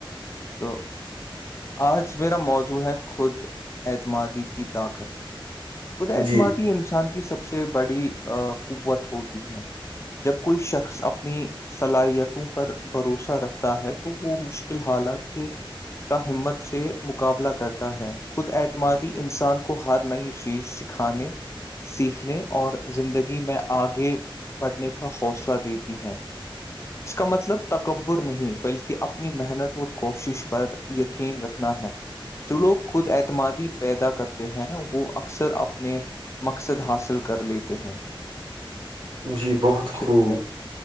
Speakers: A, on the left (about 30°); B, on the right (about 65°).
A: سو آج میرا موضوع ہے خود اعتمادی کی طاقت خدا اعتمادی
B: جی
A: انسان کی سب سب سے بڑی قوت ہوتی ہے جب کوئی شخص اپنی صلاحیتوں پر بھروسہ رکھتا ہے تو وہ مشکل حالات کی کا ہمت سے مقابلہ کرتا ہے خود اعتمادی انسان کو ہر نئی چیز سکھانے سیکھنے اور زندگی میں آگے بڑھنے کا حوصلہ دیتی ہے اس کا مطلب تکبر نہیں بلکہ اپنی محنت اور کوشش پر یقین رکھنا ہے جو لوگ خود اعتمادی پیدا کرتے ہیں وہ اکثر اپنے مقصد حاصل کر لیتے ہیں
B: جی بہت خوب
A: شکریہ